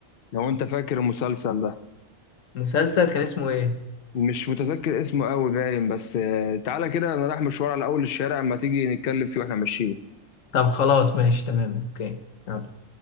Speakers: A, on the left; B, on the left.
A: لو انت فاكر المسلسل ده
B: مسلسل كان اسمه ايه
A: مش متذكر اسمه قوي باين بس آه، تعالى كده انا رايح مشوار على اول الشارع اما تيجي نتكلم فيه واحنا ماشيين
B: طب خلاص ماشي تمام اوكي يلا.